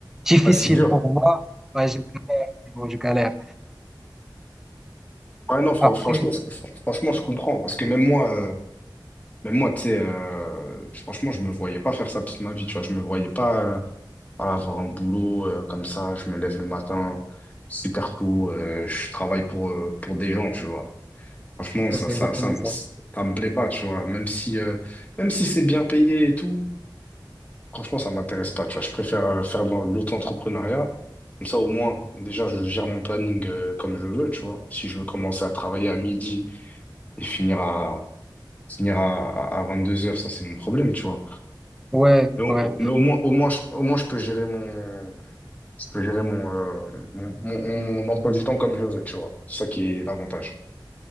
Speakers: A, in the centre; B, on the left.
A: difficile
B: Ah, c'est dur.
A: pour moi. Ouais, je galère, je galère.
B: Ouais, non, fran-
A: Après,
B: franchement, c'est- fran- franchement, je comprends. Parce que même moi, euh, même moi, tu sais, euh, franchement, je me voyais pas faire ça toute ma vie. Tu vois, je me voyais pas euh, voilà, avoir un boulot euh, comme ça. Je me lève le matin super tôt. euh, je travaille pour, euh, pour des gens, tu vois. Franchement, ça,
A: ouais, c'est
B: ça,
A: exactement
B: ça, me-
A: ça.
B: ça me plaît pas, tu vois. Même si, euh, même si c'est bien payé et tout, Franchement, ça m'intéresse pas, tu vois. Je préfère euh, faire de l'en- l'auto-entrepreneuriat. Comme ça, au moins, déjà, je gère mon planning euh, comme je veux, tu vois. Si je veux commencer à travailler à midi et finir à, finir à, à à 22 heures, ça, c'est mon problème, tu vois.
A: Ouais,
B: Mais au,
A: ouais.
B: au- mais au moins, au moins, je, au moins, je peux gérer mon, je peux gérer mon, euh, mon, mon- mon emploi du temps comme je veux, tu vois. C'est ça qui est l'avantage.